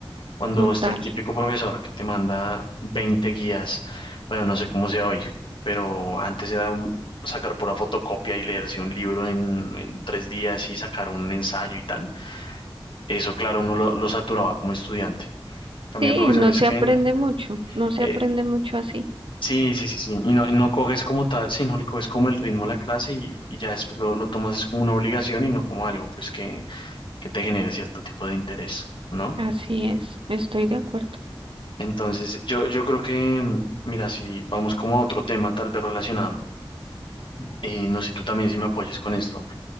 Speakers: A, on the left (about 65°); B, on the right (about 70°).
A: Cuando
B: total.
A: está el típico profesor que te manda 20 guías, bueno, no sé cómo sea hoy, pero antes era un- sacar pura fotocopia y leerse un libro en, en tres días y sacar un ensayo y tal. Eso, claro, uno lo, lo saturaba como estudiante. También
B: Sí,
A: profesores
B: no se
A: que,
B: aprende mucho, no se
A: eh,
B: aprende mucho así.
A: sí, sí, sí, sí, y no, no coges como tal, sí, no le coges como el ritmo a la clase y, y ya después lo, lo tomas es como una obligación y no como algo, pues, que, que te genere cierto tipo de interés, ¿no?
B: Así es, estoy de acuerdo.
A: Entonces, yo, yo creo que, mm, mira, si vamos como a otro tema tal vez relacionado, eh, no sé tú también si me apoyes con esto,